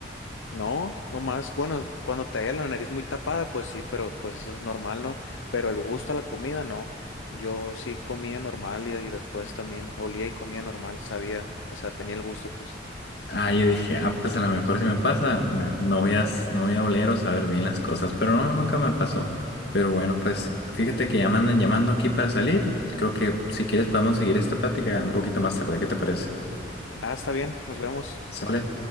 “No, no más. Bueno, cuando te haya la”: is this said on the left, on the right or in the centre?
Left